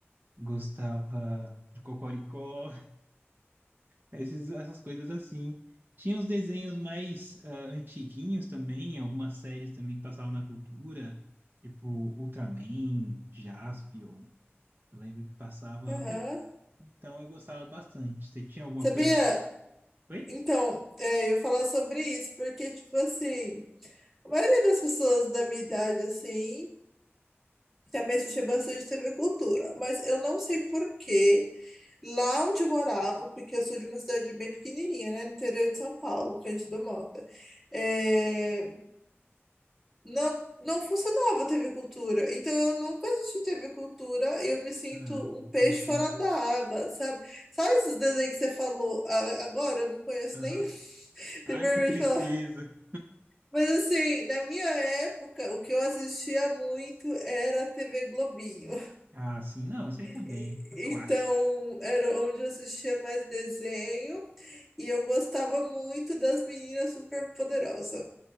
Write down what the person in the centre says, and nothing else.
Aham.
Sabia?
Então, é, eu ia falar sobre isso, porque, tipo assim, a maioria das pessoas da minha idade, assim, também assistia bastante TV Cultura, mas eu não sei por quê. Lá onde eu morava, porque eu sou de uma cidade bem pequenininha, né, no interior de São Paulo, Cândido Mota. é, Não, não funcionava a TV Cultura. Então eu nunca assisti TV Cultura e eu me sinto
um peixe
fora da água, sabe? Sabe esses desenhos que você falou a- agora? Eu não conheço
nem, <laughs>
tenho vergonha
de falar. Mas assim, na minha época, o que eu assistia muito era a TV Globinho.
<laughs>
Então
era onde eu assistia mais desenho e eu gostava muito das meninas super poderosas.